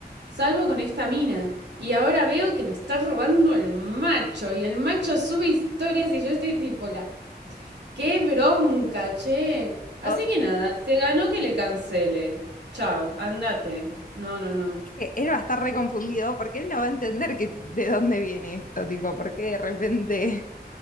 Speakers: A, on the right (about 85°); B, on the left (about 50°).
A: salvo con esta mina. Y ahora veo que me está robando el macho. Y el macho sube historias y yo estoy tipo, la... ¡Qué bronca, che! Así
B: Todo-
A: que nada, se ganó que le cancele. Chau, andate. No, no, no.
B: Es que él va a estar reconfundido porque él no va a entender que, de dónde viene esto, tipo, porque de repente